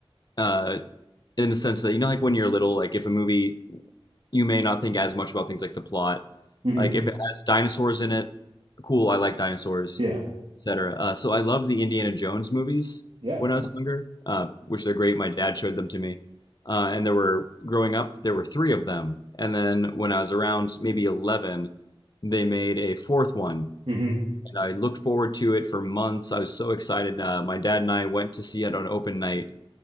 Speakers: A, on the left; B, on the right.
A: uh, in the sense that you know, like when you're little, like if a movie you may not think as much about things like the plot.
B: Mhm.
A: Like if it has dinosaurs in it, cool, I like dinosaurs,
B: Yeah.
A: etc. Uh, so I love the Indiana Jones movies
B: Yeah.
A: when I was younger, uh, which they're great. My dad showed them to me, uh, and there were growing up there were three of them, and then when I was around maybe eleven, they made a fourth one.
B: hmm
A: And I looked forward to it for months. I was so excited. Uh, my dad and I went to see it on open night